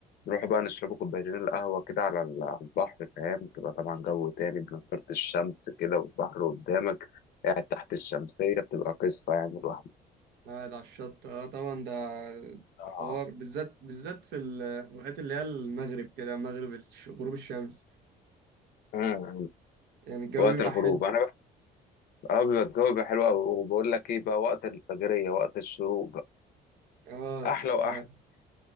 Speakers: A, on the left; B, on the right.
A: نروح بقى نشرب كوبايتين القهوه كده على ال- على البحر فاهم تبقى طبعا جو تاني بنضارة الشمس كده والبحر قدامك قاعد تحت الشمسية بتبقى قصة يعني الواحد
B: قاعد على الشط اه طبعا ده
A: اه
B: حوار بالذات بالذات في الوقت اللي هي المغرب كده مغرب الش- غروب الشمس
A: مم.
B: يعني الجو
A: وقت
B: بيبقى
A: الغروب
B: حلو
A: انا بقى اه بيبقى الجو بيبقى حلو قوي وبقول لك ايه بقى وقت الفجرية وقت الشروق
B: اه
A: احلى واحلى
B: آه،